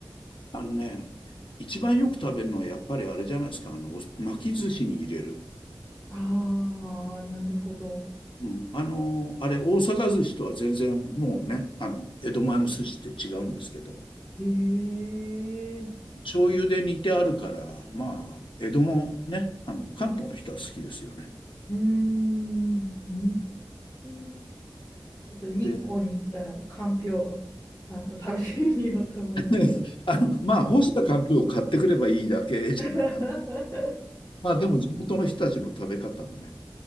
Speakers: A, on the left; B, on the left.
A: あのね、一番よく食べるのはやっぱりあれじゃないですか、あの、お巻き寿司に入れる。
B: ああ、なるほど。
A: うん、あの、あれ、大阪寿司とは全然もうね、あの、江戸前の寿司って違うんですけど、
B: ええ
A: 醤油で煮てあるから、まあ、江戸のね、あの、関東の人は好きですよね。
B: うーん、うーん。ちょっと日光に行ったら、
A: で、
B: かんぴょう、あの、食べてみようと思います。
A: <laughs> あの、まあ、干したかんぴょうを買ってくればいいだけじゃないかな。
B: <laughs>
A: まあ、でも地元の人たちの食べ方もね、